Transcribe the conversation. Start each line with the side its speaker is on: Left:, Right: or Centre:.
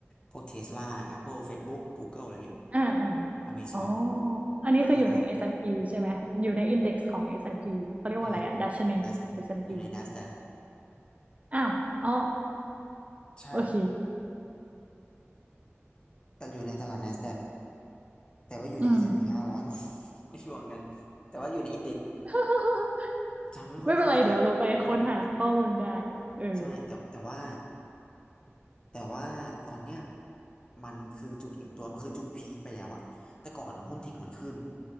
Left: พห้าร้อยพวก Tesla Apple Facebook Google อะไรเงี้ย
Right: อ่าอ่า
Left: Amazon
Right: อ๋ออันนี้คืออยู่ใน
Left: ห้า
Right: S&P ใช่ไหมอยู่ในอินเด็กซ์ของ S&P เขาเรียกว่าอะไรอะดัชนีเอสแอนด์พี
Left: ห้า Nas อยู่ใน NASDAQ
Right: อ้าวอ๋อ
Left: ใช่
Right: โอเค
Left: แต่อยู่ในตลาด NASDAQ แต่ว่าอยู่ใน
Right: อืม
Left: S&P 500มั้ง <laughs> ไม่ชัวร์เหมือนกันแต่ว่าอยู่ในอินเด็กซ์
Right: <laughs>
Left: จำไม่ค่อยได้แล้วอ่ะอ่ะอ่ะ
Right: ไม่เป็นไรเดี๋ยวเราไปค้นหาข้อมูลได้เออ
Left: ใช่แต่แต่ว่า แต่ว่าตอนเนี้ยมันคือจุดอิ่มตัวมันคือจุดพีคไปแล้วอะแต่ก่อนอะหุ้นเทคมันขึ้น